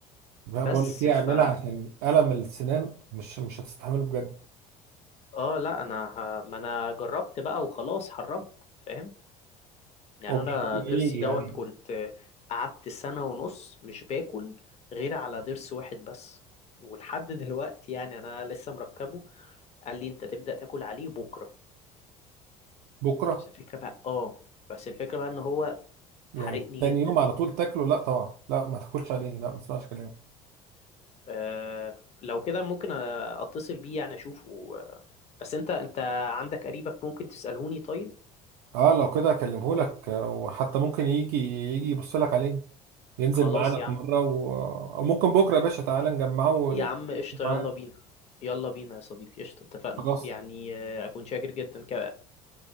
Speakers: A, on the right; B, on the left.
A: بقول
B: بس
A: لك ايه
B: ف
A: اعملها عشان الم السنان مش مش هتستحمله بجد
B: اه لا انا ه... ما انا جربت بقى وخلاص حرمت فاهم يعني
A: وبالليل
B: انا
A: ايه
B: ضرسي دوت
A: يعني
B: كنت قعدت سنة ونص مش باكل غير على ضرس واحد بس ولحد دلوقتي يعني انا لسه مركبه قال لي انت تبدأ تاكل عليه بكرة
A: بكره
B: بس الفكرة بقى اه بس الفكرة بقى ان هو
A: يعني
B: حرقني
A: تاني
B: جدا
A: يوم على طول تاكله لا طبعا لا ما تاكلش عليه لا ما تسمعش كلامه
B: آه لو كده ممكن اتصل بيه يعني اشوفه آه، بس انت انت عندك قريبك ممكن تسألهوني طيب
A: اه لو كده اكلمه لك آه، وحتى ممكن يجي يجي يبص لك عليه ينزل
B: خلاص
A: معانا
B: يا
A: في
B: عم
A: مره و... او ممكن بكره يا باشا تعالى نجمعه و-
B: يا عم قشطة
A: معانا
B: يلا بينا يلا بينا يا صديقي قشطة اتفقنا
A: خلاص
B: يعني آه، أكون شاكر جدا ك...